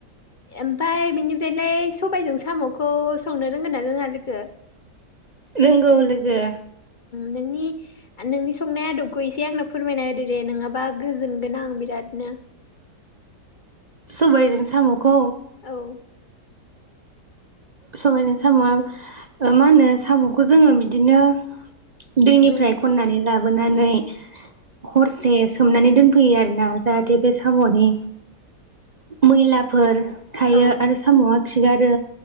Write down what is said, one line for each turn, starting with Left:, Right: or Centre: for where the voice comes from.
Left: ओमफाय बिनिफ्रायलाय सबायजों साम'खौ संनो रोंगोन ना जोंहा लोगो?
Right: नोंगौ लोगो लोगो।
Left: नोंनि नोंनि संनाय आदबखौ एसे आंनो फोरमायना होदो दे नङाबा गोजोनगोन आं बिराद। नो
Right: सुबायजों साम'खौ
Left: औ।
Right: सबायजों साम'आ मा होनो साम'खौ जोङो बिदिनो दैनिफ्राय
Left: औ
Right: खननानै लाबोनानै हरसे सोमनानै दोनफैयो आरोना जाहाथे बे साम'नि मैलाफोर थायो
Left: औ
Right: आरो साम'आ खिगारो